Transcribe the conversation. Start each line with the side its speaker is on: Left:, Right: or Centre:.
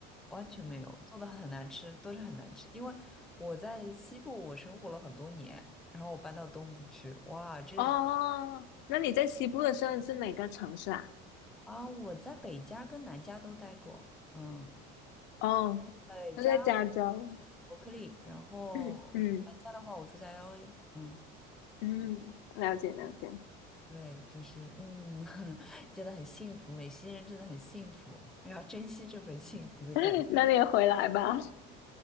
Centre: 完全没有，做的很难吃，都是很难吃。因为我在西部我生活了很多年，然后我搬到东部去，哇，这是。
Left: 哦，那你在西部的时候是哪个城市啊？
Centre: 啊，我在北加跟南加都待过，嗯，
Left: 哦，
Centre: 北加
Left: 我在加州。
Centre: 伯克利，然后南加的话，
Left: 嗯嗯
Centre: 我住在 LA，嗯，
Left: 嗯，了解了解。
Centre: 对，就是嗯，<laughs> 真的很幸福，美西人真的很幸福，要珍惜这份幸福的感觉。
Left: <laughs> 那你也回来吧，